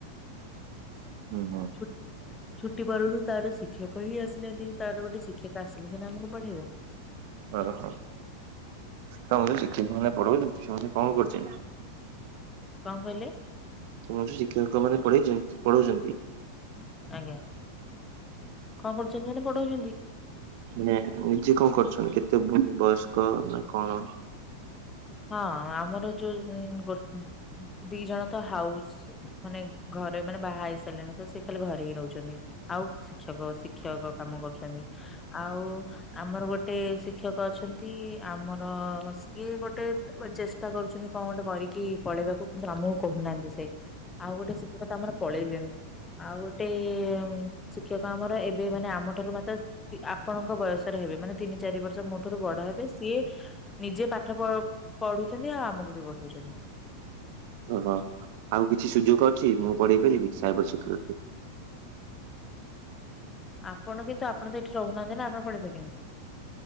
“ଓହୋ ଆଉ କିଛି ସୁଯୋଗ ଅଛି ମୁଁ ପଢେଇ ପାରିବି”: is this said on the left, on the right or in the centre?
Right